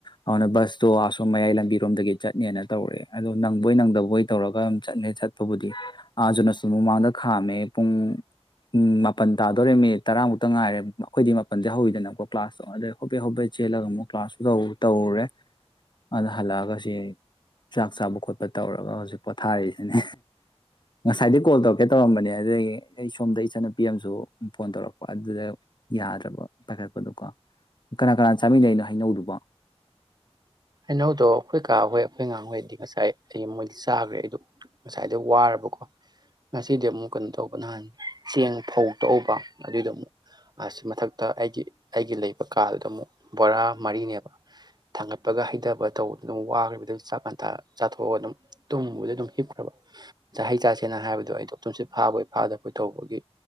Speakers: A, on the left; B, on the right.
A: ꯑꯗꯨꯅ ꯕꯁꯇꯣ ꯑꯁꯣꯝ ꯃꯌꯥꯏ ꯂꯝꯕꯤꯔꯣꯝꯗꯒꯤ ꯆꯠꯅꯦꯅ ꯇꯧꯔꯦ ꯑꯗꯣ ꯅꯪꯕꯣꯏ ꯅꯪꯗꯕꯣꯏ ꯇꯧꯔꯒ ꯑꯗꯨꯝ ꯆꯠꯅꯦ ꯆꯠꯄꯕꯨꯗꯤ ꯑꯥꯖꯅꯁꯨ ꯃꯃꯥꯡꯗ ꯈꯥꯝꯃꯦ ꯄꯨꯡ ꯃꯥꯄꯜ ꯇꯥꯗꯣꯔꯦ ꯃꯤꯅꯤꯠ ꯇꯔꯥꯃꯨꯛꯇ ꯉꯥꯏꯔꯦ ꯑꯩꯈꯣꯏꯗꯤ ꯃꯥꯄꯜꯗ ꯍꯧꯋꯏꯗꯅꯀꯣ ꯀ꯭ꯂꯥꯁ ꯇꯧꯗꯩ ꯍꯣꯄꯦ ꯍꯣꯄꯦ ꯆꯦꯜꯂꯒ ꯑꯃꯨꯛ ꯀ꯭ꯂꯥꯁꯁꯨ ꯇꯧꯔꯨꯔꯦ ꯑꯗꯨꯗ ꯍꯜꯂꯛꯑꯒ ꯁꯤ ꯆꯥꯛ ꯆꯥꯕ ꯈꯣꯠꯄ ꯇꯧꯔꯒ ꯍꯧꯖꯤꯛ ꯄꯣꯊꯥꯔꯤꯛꯔꯤꯁꯤꯅꯦ ꯉꯁꯥꯏꯗꯤ ꯀꯣꯜ ꯇꯧ ꯀꯦꯠ ꯇꯧꯔꯝꯕꯅꯦ ꯑꯗꯨꯗꯒꯤ ꯑꯩ ꯁꯣꯝꯗ ꯏꯆꯟꯅꯨꯄꯤ ꯑꯃꯁꯨ ꯐꯣꯟ ꯇꯧꯔꯛꯄ ꯑꯗꯨꯗ ꯌꯥꯗ꯭ꯔꯕ ꯄꯥꯏꯈꯠꯄꯗꯣꯀꯣ ꯀꯅꯥ ꯀꯅꯥ ꯆꯥꯃꯤꯟꯅꯩꯩꯅꯣ ꯍꯩꯅꯧꯗꯨꯕ
B: ꯍꯩꯅꯧꯗꯣ ꯑꯩꯈꯣꯏ ꯀꯥꯍꯣꯏ ꯑꯩꯈꯣꯏ ꯑꯉꯥꯡꯍꯣꯏꯗꯤ ꯉꯁꯥꯏ ꯑꯩ ꯃꯣꯏꯗꯤ ꯆꯥꯈ꯭ꯔꯦ ꯑꯩꯗꯣ ꯉꯁꯥꯏꯗ ꯋꯥꯔꯕꯀꯣ ꯉꯁꯤꯗꯤ ꯑꯃꯨꯛ ꯀꯩꯅꯣ ꯇꯧꯕ ꯅꯍꯥꯟ ꯆꯦꯡ ꯐꯧ ꯇꯛꯎꯕ ꯑꯗꯨꯏꯗꯣ ꯑꯃꯨꯛ ꯑꯁꯤ ꯃꯊꯛꯇ ꯑꯩꯒꯤ ꯑꯩꯒꯤ ꯂꯩꯕ ꯀꯥꯗꯨꯗ ꯑꯃꯨꯛ ꯕꯣꯔꯥ ꯃꯔꯤꯅꯦꯕ ꯊꯥꯡꯒꯠꯄꯤ ꯄꯒ ꯍꯩꯊꯕ ꯇꯧꯕꯗ ꯑꯗꯨꯝ ꯋꯥꯈ꯭ꯔꯤꯕꯗ ꯆꯥꯛ ꯀꯥꯟꯊ ꯆꯥꯊꯣꯛꯑꯒ ꯑꯗꯨꯝ ꯇꯨꯝꯕꯗ ꯑꯗꯨꯝ ꯍꯤꯞꯈ꯭ꯔꯕ ꯍꯩ ꯆꯥꯁꯦꯅ ꯍꯥꯏꯕꯗꯣ ꯑꯩꯗꯣ ꯇꯨꯝꯁꯤꯠ ꯐꯥꯕꯣꯏ ꯐꯥꯗꯕꯣꯏ ꯇꯧꯕꯒꯤ